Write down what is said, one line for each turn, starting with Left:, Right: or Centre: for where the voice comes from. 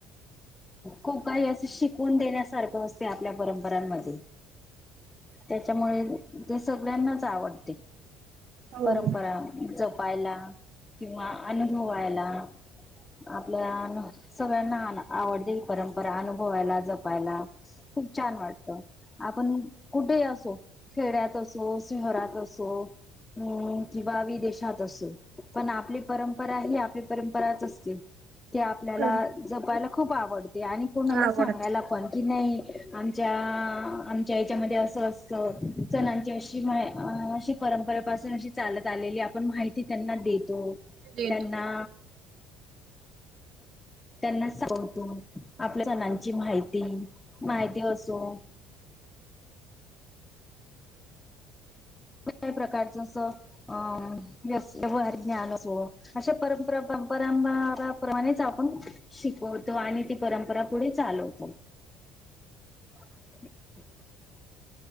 Left: ख काही असं शिकवून देण्यासारखं असते आपल्या परंपरांमध्ये त्याच्यामुळे ते सगळ्यांनाच आवडते
Right: हो.
Left: परंपरा जपायला किंवा अनुभवायला आपल्या सगळ्यांना आवडते ही परंपरा अनुभवायला जपायला हम् छान वाटत आपण कुठे असो खेड्यात असो शहरात असो हम्म किंवा विदेशात असो पण आपली परंपरा ही आपली परंपराच असते ते आपल्याला
Right: कर.
Left: जपायला खूप आवडते आणि कोणाला
Right: आवडते
Left: सांगायला पण की नाही आमच्या आमच्या याच्यामध्ये असं असत सणांची अशी अशी परंपरेपासून अशी चालत आलेली आपण माहिती त्यांना देतो
Right: देतो
Left: त्यांना त्यांना सांगतो आपल्या सणांची माहिती माहिती असो कठल्याही प्रकारच अस अं व्य व्यवहार ज्ञान असो अशा परंपरा परंपराप्रमाणेच आपण शिकवतो आणि ती परंपरा पुढे चालवतो <inaudible>